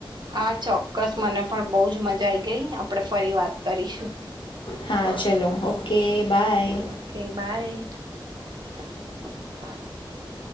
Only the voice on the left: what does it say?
હા ચલો ઓકે બાય.